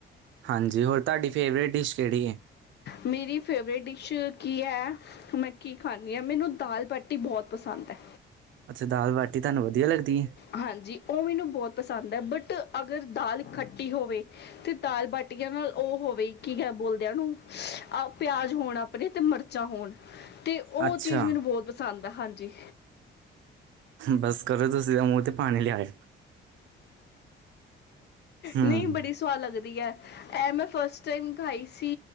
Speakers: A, on the right; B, on the left.
A: ਹਾਂਜੀ, ਹੋਰ ਤੁਹਾਡੀ ਫੇਵਰੇਟ ਡਿਸ਼ ਕਿਹੜੀ ਏ?
B: ਮੇਰੀ, ਫੇਵਰੇਟ ਡਿਸ਼ ਕੀ ਹੈ ਮੈਂ ਕੀ ਖਾਂਦੀ ਆ, ਮੈਨੂੰ ਦਾਲ ਬਾਟੀ ਬਹੁਤ ਪਸੰਦ ਹੈ।
A: ਅੱਛਾ, ਦਾਲ ਬਾਟੀ ਤੁਹਾਨੂੰ ਵਧੀਆ, ਲੱਗਦੀ ਏ?
B: ਹਾਂਜੀ, ਉਹ ਮੈਨੂੰ ਬਹੁਤ ਪਸੰਦ ਹੈ, ਬਟ ਅਗਰ ਦਾਲ ਖੱਟੀ ਹੋਵੇ ਤੇ ਦਾਲ ਬਾਟੀਆਂ, ਨਾਲ ਉਹ ਹੋਵੇ? ਕੀ ਕਿ ਬੋਲਦੇ ਨੇ ਉਹਨੂੰ, ਆਹ ਪਿਆਜ ਹੋਣ ਆਪਣੇ ਤੇ ਮਿਰਚਾਂ ਹੋਣ ਤੇ ਉਹ
A: ਅੱਛਾ,
B: ਚੀਜ਼, ਮੈਨੂੰ ਬਹੁਤ ਪਸੰਦ ਆ ਹਾਂਜੀ।
A: ਬਸ ਕਰੋ ਤੁਸੀਂ, ਮੂੰਹ ਚ ਪਾਣੀ ਲਿਆਏ ਹੂੰ।
B: ਨਈ, ਬੜੀ ਸਵਾਦ ਲੱਗਦੀ ਆ ਐ ਮੈਂ, ਫਸਟ ਟਾਈਮ ਖਾਈ ਸੀ,